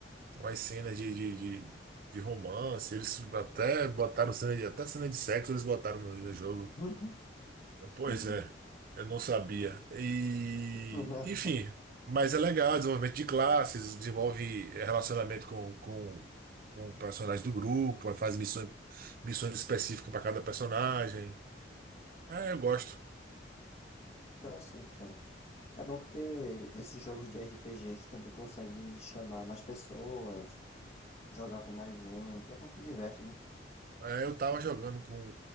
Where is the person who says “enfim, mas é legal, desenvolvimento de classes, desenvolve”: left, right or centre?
Right